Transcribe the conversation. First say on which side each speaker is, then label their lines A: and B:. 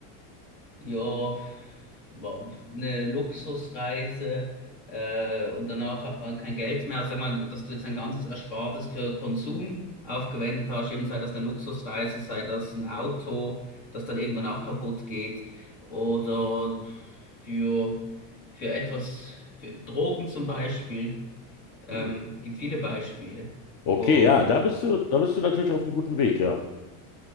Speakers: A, on the left (about 65°); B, on the left (about 45°).
A: Ja, war eine Luxusreise äh, und danach hat man kein Geld mehr. Also Sag mal, dass du jetzt dein ganzes Erspartes für Konsum aufgewendet hast, eben sei das eine Luxusreise, sei das ein Auto, das dann irgendwann auch kaputt geht oder für, für etwas, für Drogen zum Beispiel. Ähm,
B: Hm.
A: gibt viele Beispiele,
B: Okay,
A: wo
B: ja,
A: die
B: da bist du, da bist du natürlich auf einem guten Weg, ja.